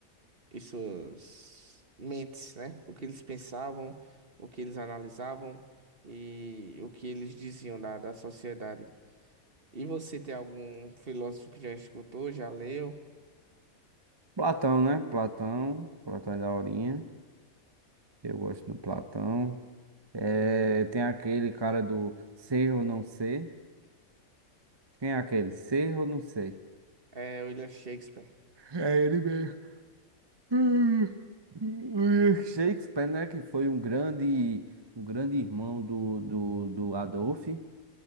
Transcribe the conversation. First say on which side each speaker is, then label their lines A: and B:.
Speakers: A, on the right; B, on the right.
A: e suas mentes, né? O que eles pensavam, o que eles analisavam e o que eles diziam da, da sociedade. E você tem algum filósofo que já escutou, já leu?
B: Platão, né? Platão. Platão é da horinha. Eu gosto do Platão. É, tem aquele cara do ser ou não ser. Quem é aquele? Ser ou não ser?
A: É William Shakespeare.
B: É ele mesmo. <laughs> William Shakespeare, né? Que foi um grande, um grande irmão do, do, do Adolf.